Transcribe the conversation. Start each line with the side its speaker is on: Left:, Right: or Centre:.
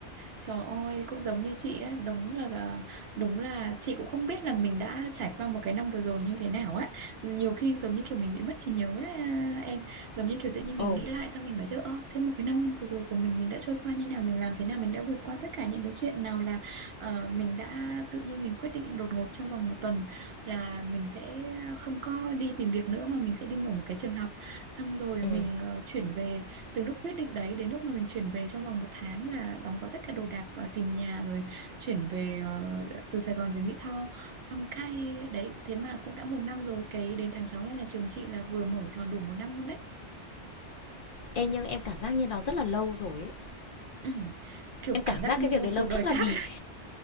Right: Trời ơi, cũng giống như chị á, đúng là à, đúng là chị cũng không biết là mình đã trải qua một cái năm vừa rồi như thế nào á. Nhiều khi giống như kiểu mình bị mất trí nhớ á, em, giống như kiểu tự nhiên mình
Left: Ồ,
Right: nghĩ lại xong mình phải chứ ơ, thế một cái năm vừa rồi của mình mình đã trôi qua như nào, mình làm thế nào, mình đã vượt qua tất cả những cái chuyện nào là ờ, mình đã tự nhiên mình quyết định đột ngột trong vòng một tuần là mình sẽ không có đi tìm việc nữa mà mình sẽ đi mở một cái trường học. Xong rồi
Left: ừ.
Right: mình ờ, chuyển về từ lúc quyết định đấy đến lúc mà mình chuyển về trong vòng một tháng là đóng gói tất cả đồ đạc ờ, tìm nhà rồi chuyển về ờ, từ Sài Gòn về Mỹ Tho xong cay đấy thế mà cũng đã một năm rồi cái đến tháng sáu này là trường chị là vừa mở tròn đủ một năm luôn đấy
Left: Ê, nhưng em cảm giác như nó rất là lâu rồi ấy.
Right: ừ. kiểu
Left: Em cảm
Right: cảm giác
Left: giác
Right: như
Left: cái việc
Right: một
Left: đấy lâu
Right: cuộc
Left: chắc
Right: đời khác
Left: là vì